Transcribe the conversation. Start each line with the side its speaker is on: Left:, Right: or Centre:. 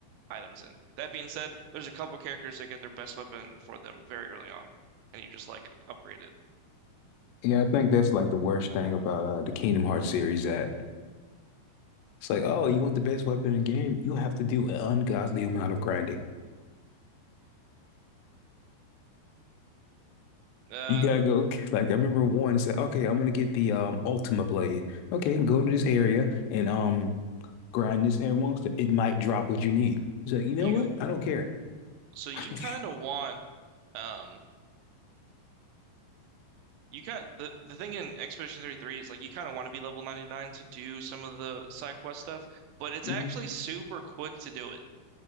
Right: items in. That being said, there's a couple characters that get their best weapon for them very early on, and you just like upgrade it.
Left: Yeah, I think that's like the worst thing about uh, the Kingdom Hearts series that it's like, oh, you want the best weapon in the game? You have to do an ungodly amount of grinding.
Right: Uh,
Left: You gotta go <laughs> like I remember one said, okay, I'm gonna get the um Ultima Blade. Okay, go to this area and um grind this air monster. It might drop what you need. He's like, you know
Right: you
Left: what? I don't care. <laughs>
Right: so you kind of want um. You kind the the thing in Expedition 33 is like you kind of want to be level 99 to do some of the side quest stuff, but it's
Left: hmm
Right: actually super quick to do it.